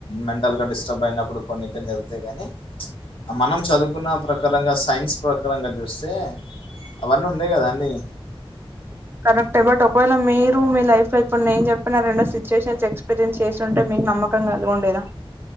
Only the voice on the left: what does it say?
మెంటల్గా డిస్టర్బైనప్పుడు కొన్ని కొన్ని జరుగుతై గానీ మనం చదువుకున్నా ప్రకారంగా సైన్స్ ప్రకారంగా జూస్తే అవన్నుండై గదా అండి